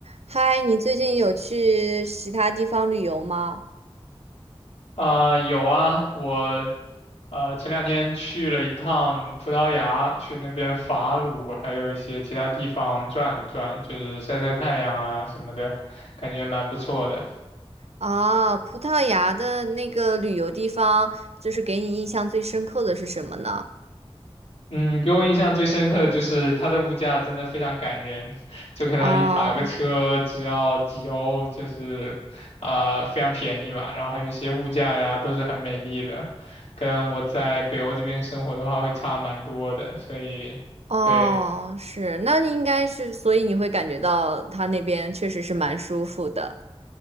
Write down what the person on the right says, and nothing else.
嗨，你最近有去其他地方旅游吗？
啊，葡萄牙的那个旅游地方，就是给你印象最深刻的是什么呢？
哦
哦，是，那你应该是，所以你会感觉到他那边确实是蛮舒服的。